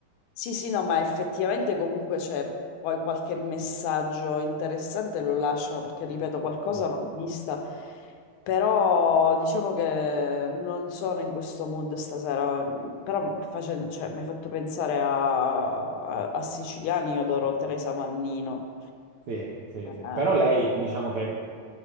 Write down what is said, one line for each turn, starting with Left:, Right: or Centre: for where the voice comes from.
Left: Sì, sì, no, ma effettivamente comunque c'è poi qualche messaggio interessante lo lasciano perché, ripeto, qualcosa
Right: Sì,
Left: l'ho vista, però diciamo che non sono in questo mood stasera, però face- cioè, mi hai fatto pensare a, a- a Siciliani, io adoro Teresa Mannino.
Right: sì, sì,
Left: Eh,
Right: sì. Però lei, diciamo che